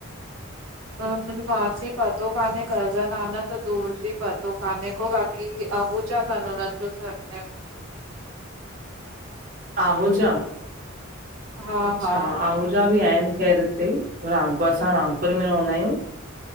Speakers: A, on the right (about 85°); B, on the right (about 40°).
A: अ मुंजी मासी पतो काने घर, कज़न आ न त दूर जी प पतो कान्हे को, बाक़ी अगूचा थन उनन जो सर नेम।
B: आहूजा,
A: हा
B: अच्छा
A: हा
B: आहूजा बि आहिन ख़ैर इ इते, रामपुर, असां रामपुर में रहंदायूं।